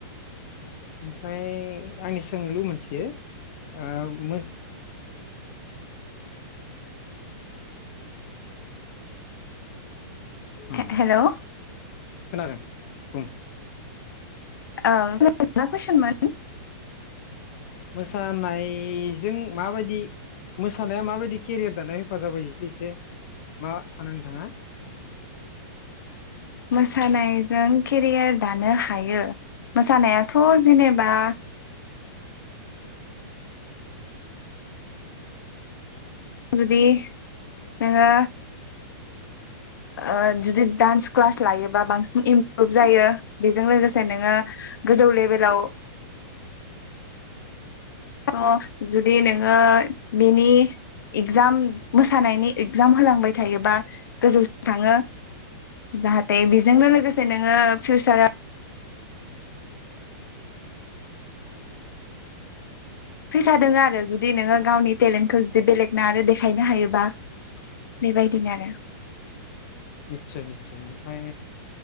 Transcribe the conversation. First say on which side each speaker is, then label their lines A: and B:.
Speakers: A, on the left; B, on the left.
A: ओमफ्राय आंनि सोंलु मोनसे ओ मो- उम
B: हे-हेल' ओ
A: खोनादों बुं
B: औ मा कुइसनमोन?
A: मोसानायजों माबायदि मोसानाया माबायदि केरियार दानायाव हेफाजाब होयोख एसे मा सानो नोंथाङा
B: मोसानायजों केरियार दानो हायो मोसानायाथ' जेनेबा जुदि नोङो ओ जुदि डान्स क्लास लायोबा बांसिन इमप्रुभ जायो बेजों लोगोसे नोङो गोजौ लेभेलाव अ जुदि नोङो बेनि इगजाम मोसानायनि इगजाम होलांबाय थायोबा गोजौसिम थाङो जाहाथे बेजोंनो लोगोसे नोङो फिउसाराव फैसा दोनो आरो जुदि नोङो गावनि टेलेन्टखौ जुदि बेलेगना आरो देखायनो हायोबा बेबायदिनो आरो
A: निस्सय-निस्सय ओमफ्राय